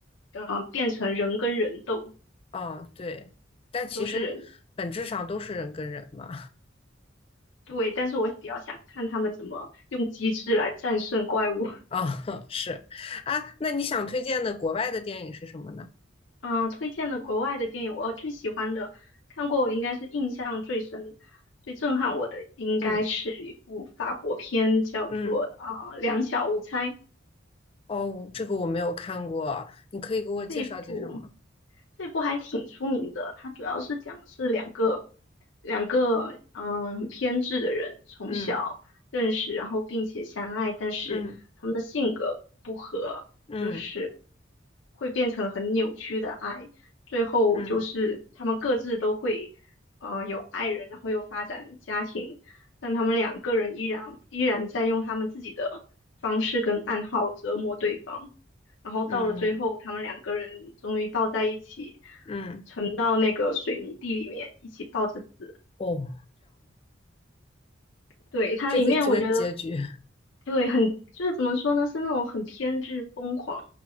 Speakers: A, on the left; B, on the left.
A: 呃，变成人跟人斗，
B: 哦，对，但其实本质上都是人跟人嘛，
A: 都是人。对，但是我比较想看他们怎么用机智来战胜怪物。
B: <laughs> 啊、哦，<laughs> 是啊，那你想推荐的国外的电影是什么呢？
A: 嗯、呃推荐的国外的电影，我最喜欢的，看过我应该是印象最深、最震撼我的，应该是一部法国片，
B: 嗯
A: 叫做呃《两小无猜》。
B: 嗯，哦，这个我没有看过，你可以给我介绍介绍吗？
A: 这部这部还挺出名的，它主要是讲的是两个两个嗯很偏执的人从小认识，
B: 嗯
A: 然后并且相爱，但是他们的性格不合，
B: 嗯嗯
A: 就是会变成很扭曲的爱，最后就是他们各自都会呃有爱人，
B: 嗯
A: 然后又发展家庭，但他们两个人依然依然在用他们自己的方式跟暗号折磨对方。然后到了最后，
B: 嗯
A: 他们两个人终于抱在一起，
B: 嗯，
A: 沉到那个水泥地里面，一起抱着死。
B: 哦，
A: 对，它里面我觉得，
B: 这个这个结局。
A: 对，很，就是怎么说呢，是那种很偏执疯狂，